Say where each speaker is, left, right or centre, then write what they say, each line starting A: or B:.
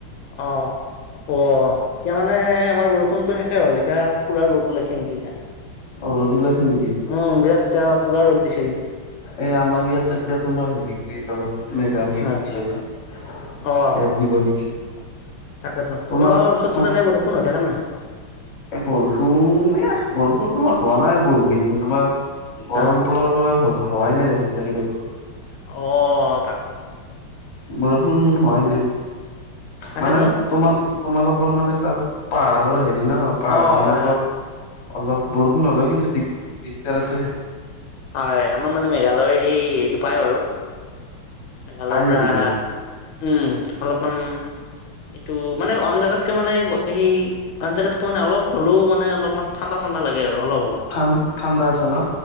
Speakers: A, on the left; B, on the left.
A: অ অ এতিয়া মানে আমাৰ বৰষুণতো শেষ হ'ল এতিয়া পুৰা ৰ'দ উলাইছে কিন্তু এতিয়া
B: অ ৰ'দ ওলাইছে নেকি
A: উম বিৰাট এতিয়া পুৰা ৰদ দিছে কিন্তু
B: এই আমাৰ ইয়াত এতিয়া তোমাৰ হেৰি কৰি আছে অলপ মেঘা মেঘি
A: হয়
B: কে আছে এয়াত
A: অ
B: দিব <unintelligible>
A: তাকেতো
B: তোমাৰ
A: তোমালোকৰ অঞ্চলটোত
B: তুম
A: এনে বৰষুণ হৈ থাকেনে নাই
B: এ বৰষুণ এ বৰষুণ তোমাৰ হোৱা নাই বহু কেইদিন তোমাৰ গৰম
A: অ
B: পৰিব পৰা হোৱাই নাই দেখোন তেনেকে বৰষুণ
A: অ', তাক দ।
B: বৰষুণ হোৱাই নাই।
A: তাকেতো
B: মানে তোমাল, তোমালোকৰ মানে তাত পাৰ। অ' হেৰি ন, পাহাৰ
A: অ
B: বিলাকত।
A: হয় হয়
B: অলপ বৰষুণ হ'লেই কিন্তু দিগ দিগদাৰ আছে।
A: হয় আমাৰ মেঘালয়ৰ এই এইটো। পাই বাৰু। মেঘালয়ৰ
B: পায়
A: পৰা,
B: নেকি তেনে
A: উম্ অলপমান। এইটো, মানে অইন জেগাতকে মানে সেই অনজাগাতকে মানে অলপ হ'লেও, মানে অলপমান ঠাণ্ডাত। ঠাণ্ডা লাগে আৰু। অলপ অলপ
B: ঠান, ঠাণ্ডা। আছে ন